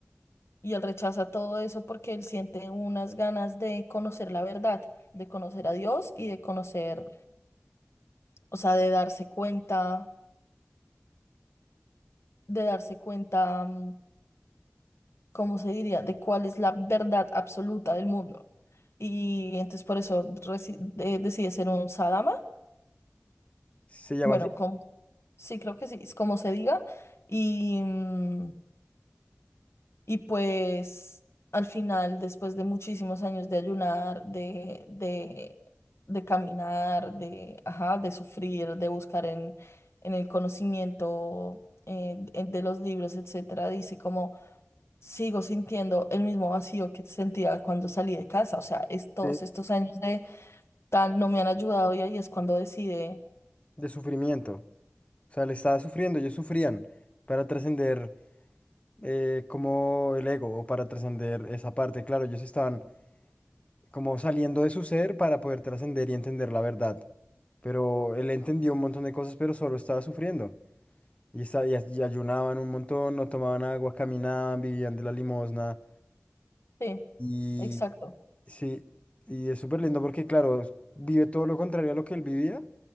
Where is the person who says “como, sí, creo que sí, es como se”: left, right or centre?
Left